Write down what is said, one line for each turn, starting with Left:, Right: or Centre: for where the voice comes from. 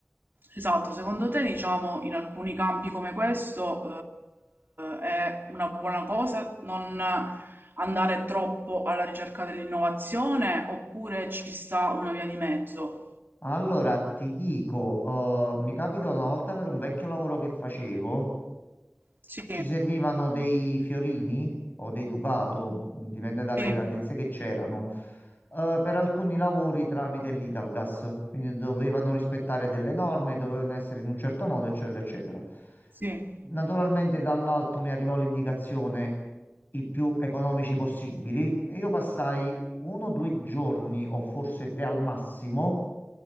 Right: Esatto, secondo te, diciamo, in alcuni campi come questo, eh, è una buona cosa non andare troppo alla ricerca dell'innovazione oppure ci sta una via di mezzo?
Left: Allora ti dico, eh, mi capita una volta per un vecchio lavoro che facevo.
Right: Sì,
Left: Ci servivano dei fiorini o dei Ducato, mh, dipende dalle
Right: sì,
Left: grandezze che c'erano, eh, per alcuni lavori tramite l'Italgas. Quindi dovevano rispettare delle norme, dovevano essere in un certo modo, eccetera, eccetera.
Right: sì,
Left: Naturalmente dall'alto mi arrivò l'indicazione i più economici possibili e io passai uno o due giorni o forse tre al massimo